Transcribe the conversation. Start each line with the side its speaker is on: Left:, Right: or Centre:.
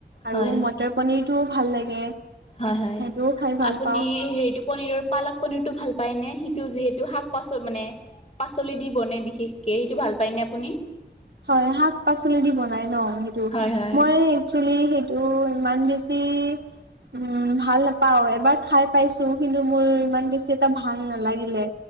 Left: হয়
Right: আৰু মটৰ পনীৰটোও ভাল লাগে।
Left: হয়,
Right: সেইটোও
Left: হয়।
Right: খাই ভাল
Left: আপুনি
Right: পাওঁ।
Left: হেৰিটো পনীৰৰ পালক পনীৰটো ভাল পায়নে সিটো যিহেতু শাক-পাচল মানে পাচলি দি বনে বিশেষকে, সেইটো ভাল পায়নে আপুনি?
Right: হয়, শাক-পাচলি দি বনাই ন সেইটো,
Left: হয় হয়
Right: মই একচুৱেলি টো ইমান বেছি উম, ভাল নাপাওঁ, এবাৰ খাই পাইছো কিন্তু মোৰ ইমান বেছি এটা ভাল নালাগিলে।